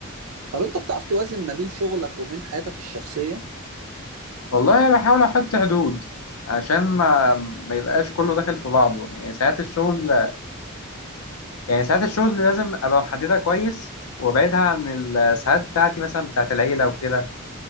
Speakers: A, on the right (about 85°); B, on the left (about 85°).
A: طب انت بتعرف توازن ما بين شغلك وبين حياتك الشخصيه
B: والله بحاول أحط حدود عشان ما ما يبقاش كله داخل في بعضه يعني ساعات الشغل يعني ساعات الشغل لازم أبقى محددها كويس وأبعدها عن الساعات بتاعتي مثلا بتاعت العيلة وكده